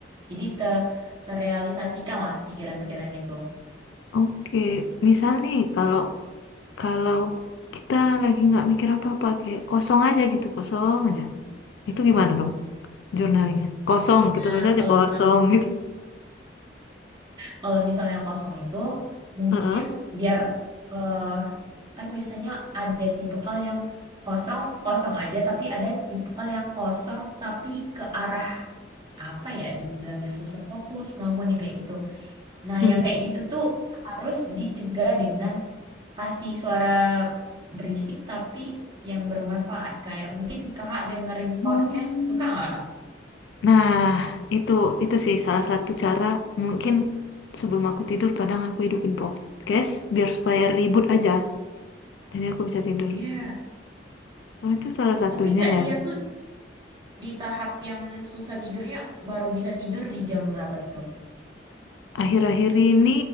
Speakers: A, on the right (about 30°); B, on the left (about 80°).
A: jadi te terrealisasikan lah pikiran-pikiran itu
B: Oke, misal nih kalau Kalau kita lagi nggak mikir apa-apa, kayak kosong aja gitu, kosong aja. Itu gimana dong jurnalnya? Kosong,
A: nah
B: kita tulis aja
A: kalau
B: kosong
A: misalnya
B: gitu.
A: kalau misalnya kosong itu mungkin
B: Heeh.
A: biar eh, kan biasanya ada tipikal yang kosong kosong aja tapi ada tipikal yang kosong tapi ke arah apa ya dibilangnya susah fokus ngelamun yang kayak gitu Nah,
B: Hmm.
A: yang kayak gitu tuh harus dicegah dengan kasih suara berisik tapi yang bermanfaat. Kayak mungkin kakak dengerin
B: Oh.
A: podcast, suka nggak?
B: Nah, itu itu sih salah satu cara mungkin sebelum aku tidur kadang aku hidupin podcast biar supaya ribut aja. Jadi aku bisa tidur.
A: Iya.
B: Oh, itu salah satunya
A: Tapi Kak Tia
B: ya.
A: tuh di tahap yang susah tidurnya baru bisa tidur di jam berapa tuh?
B: Akhir-akhir ini,